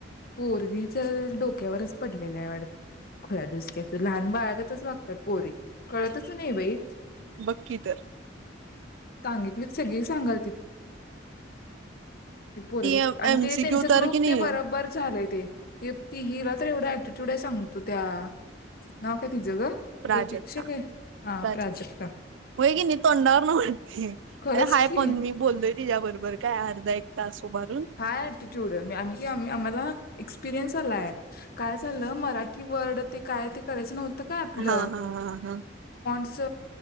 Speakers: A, on the left (about 55°); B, on the right (about 80°).
A: पोरगीच डोक्यावरच पडलेलं आहे वाटतं, खुळ्या डूसक्याच लहान. बाळागतच वागतात पोरी, कळतच नाही बाई.
B: बक्की तर.
A: सांगितलीत सगळी सांगालतीत. ते पोरग
B: ती
A: आणि
B: एमसीक्यू
A: ते त्यांच
B: तर
A: ग्रुप.
B: कि नाही
A: ते बरोबर झालेय ते ते ती ही र त. एवढा एटीट्यूड आहे सांगतो त्या, नाव काय तिझं ग?
B: प्राजक्ता,
A: प्रतीक्षा काय हा
B: प्रजक्ता
A: प्राजक्ता
B: की नाही तोंडावर न वाटते
A: खरंच
B: हाय
A: की
B: पण मी बोलतोय तिच्या्या बरोबर काय अर्धा एक तास सोबत.
A: हा ऍटिट्यूड आम्ही की आम्हाला. एसपिरियन्स आलाय काय झालं मराठी वर्ड ते काय ते करायचं नव्हत. का आपल.
B: हा हा हा हा
A: स.